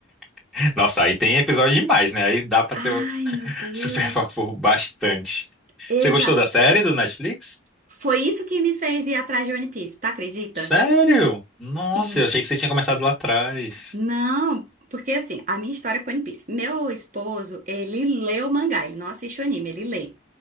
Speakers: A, in the centre; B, on the right.
A: <laughs> Nossa, aí tem episódio demais, né? Aí dá pra
B: Ai,
A: ter outro <laughs>
B: meu Deus.
A: super foco por bastante.
B: Exato.
A: Você gostou da série do Netflix?
B: Foi isso que me fez ir atrás de One Piece, tá? Acredita?
A: Sério? Nossa,
B: Sim.
A: eu achei que você tinha começado lá atrás.
B: Não, porque assim, a minha história com One Piece. Meu esposo, ele lê o mangá, ele não assiste o anime, ele lê.